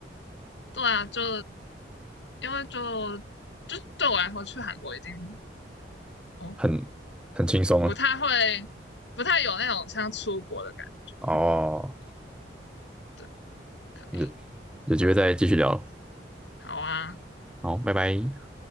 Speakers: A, on the left; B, in the centre.
A: <laughs> 对啊，就因为就就对我来说，去韩国已经哦
B: 很很轻松啊。
A: 不太会，不太有那种像出国的感觉。
B: 哦，
A: 对，可以，
B: 有有机会再继续聊，
A: 好啊，
B: 好，拜拜。